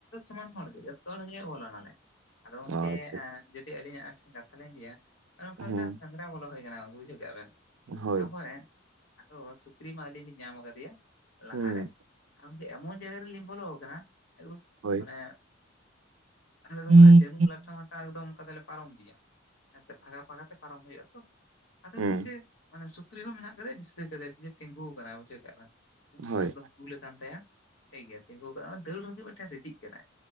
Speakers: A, on the left (about 75°); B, on the right (about 85°).
A: ᱥᱚᱢᱟᱱ ᱦᱚᱲ ᱜᱮ ᱡᱚᱛᱚ ᱦᱚᱲ ᱜᱮ <unintelligible> ᱟᱫᱚ ᱜᱚᱝᱠᱮ
B: ᱟᱪᱪᱷᱟ
A: ᱮᱸ ᱡᱩᱫᱤ ᱟᱹᱞᱤᱧ ᱟᱜ ᱴᱷᱮᱱ ᱠᱟᱛᱷᱟ ᱞᱤᱧ ᱞᱟᱹᱭᱟ ᱢᱤᱫᱷᱟᱣ
B: ᱦᱩᱸ
A: ᱥᱮᱸᱫᱽᱨᱟ ᱵᱚᱞᱚ ᱦᱩᱭ ᱟᱠᱟᱱᱟᱱᱟ ᱵᱩᱡᱷᱟᱹᱣ ᱠᱟᱜ ᱵᱮᱱ
B: ᱦᱳᱭ
A: ᱛᱟᱯᱚᱨᱮ ᱟᱫᱚ ᱥᱩᱠᱨᱤ ᱢᱟ ᱟᱹᱞᱤᱧ ᱞᱤᱧ ᱧᱟᱢ ᱠᱟᱫᱮᱭᱟ ᱞᱟᱦᱟᱨᱮ
B: ᱦᱩᱸ
A: ᱮᱢᱚᱱ ᱡᱟᱭᱜᱟ ᱨᱮᱞᱤᱧ ᱵᱚᱞᱚ ᱟᱠᱟᱱᱟ ᱮᱠᱫᱚᱢ
B: ᱦᱳᱭ
A: ᱢᱟᱱᱮ ᱟᱞᱮ ᱱᱚᱝᱠᱟ
B: ᱦᱳᱭ
A: ᱡᱟᱹᱱᱩᱢ ᱞᱟᱴᱷᱟ ᱢᱟᱴᱟ ᱮᱠᱫᱚᱢ ᱚᱱᱠᱟ ᱛᱮᱞᱮ ᱯᱟᱨᱚᱢ ᱤᱫᱤᱭᱟ ᱦᱮᱸ ᱥᱮ ᱯᱷᱟᱸᱠᱟ ᱯᱷᱟᱸᱠᱟ ᱛᱮ ᱯᱟᱨᱚᱢ ᱦᱩᱭᱩᱜᱼᱟ ᱛᱚ ᱟᱫᱚ
B: ᱦᱩᱸ
A: ᱜᱚᱝᱠᱮ ᱢᱟᱱᱮ ᱥᱩᱠᱨᱤ ᱦᱚᱸ ᱢᱮᱱᱟᱜ ᱠᱟᱫᱮᱭᱟ ᱫᱤᱥᱟᱹ ᱠᱟᱫᱮ ᱛᱤᱸᱜᱩ ᱟᱠᱟᱱᱟ ᱵᱩᱡᱷᱟᱹᱣ ᱠᱟᱜ ᱵᱮᱱ ᱩᱵ ᱠᱚ
B: ᱦᱳᱭ
A: ᱮᱠᱫᱚᱢ ᱛᱩᱞ ᱟᱠᱟᱱ ᱛᱟᱭᱟ ᱴᱷᱤᱠ ᱜᱮᱭᱟ ᱛᱤᱸᱜᱩ ᱟᱠᱟᱫᱟ ᱫᱟᱹᱲ ᱨᱮᱜᱮ ᱢᱤᱫᱴᱮᱱ ᱨᱤᱰᱤᱜ ᱠᱟᱱᱟᱭ